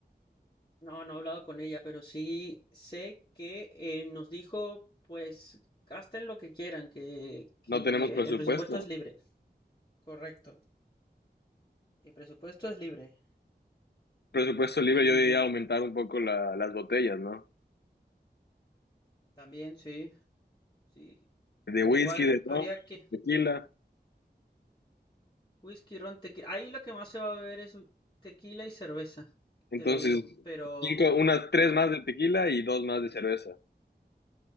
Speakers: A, on the left; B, on the left.
A: No, no he hablado con ella, pero sí sé que eh, nos dijo, pues, gasten lo que quieran, que, que
B: No tenemos presupuesto.
A: el presupuesto es libre. Correcto. El presupuesto es libre.
B: Presupuesto libre,
A: Y
B: yo diría
A: mm,
B: aumentar un poco la- las botellas, ¿no?
A: también, sí, sí.
B: De whisky,
A: Igual
B: de ron,
A: habría que
B: tequila.
A: whisky, ron, tequila. Ahí lo que más se va a beber es tequila y cerveza,
B: Entonces,
A: te lo digo. Pero,
B: cinco,
A: mm,
B: unas tres
A: pero
B: más
A: un
B: de tequila y dos más de cerveza.